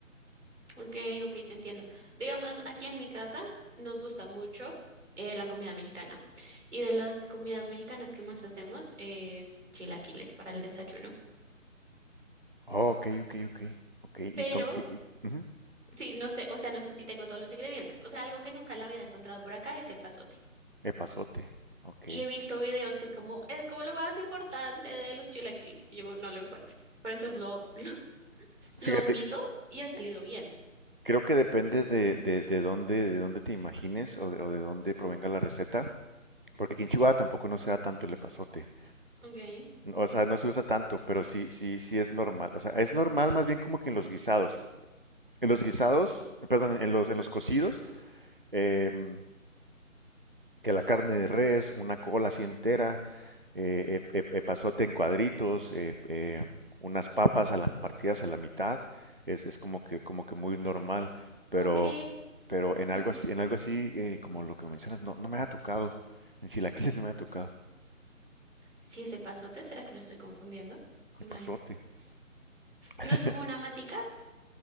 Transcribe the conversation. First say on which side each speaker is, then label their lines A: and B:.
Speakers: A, on the right (about 60°); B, on the right (about 40°).
A: Ok, ok, te entiendo. Digamos, aquí en mi casa nos gusta mucho eh, la comida mexicana. Y de las comidas mexicanas que más hacemos es chilaquiles para el desayuno.
B: Oh, ok, ok, ok. Ok, y
A: Pero,
B: con... Y, y- ujú,
A: sí, no sé, o sea, no sé si tengo todos los ingredientes. O sea, algo que nunca en la vida he encontrado por acá es epazote.
B: epazote. Ok.
A: Y he visto videos que es como, es como lo más importante de los chilaquiles. Y yo no lo encuentro. Pero entonces lo, <laughs> lo,
B: Fíjate,
A: lo omito y ha salido bien.
B: Creo que depende de, de, de dónde, de dónde te imagines o de, o de dónde provenga la receta, porque aquí en Chihuahua tampoco no se da tanto el epazote.
A: Ok,
B: No, O sea, no se usa tanto, pero sí, sí, sí es normal. O sea, es normal más bien como que en los guisados. En los guisados, perdón, en los, en los cocidos, em, que la carne de res, una cola así entera, eh, eh, eh, eh, pasote en cuadritos, eh, eh, unas papas a la- partidas a la mitad, es, es como que, como que muy normal, pero,
A: ok.
B: pero en algo
A: mm,
B: así, en algo así eh, como lo que mencionas, no, no me ha tocado, en chilaquiles no me ha tocado,
A: Sí, es epazote, ¿será que lo estoy confundiendo con
B: el pasote,
A: algo?
B: <laughs>
A: ¿No es como una matica?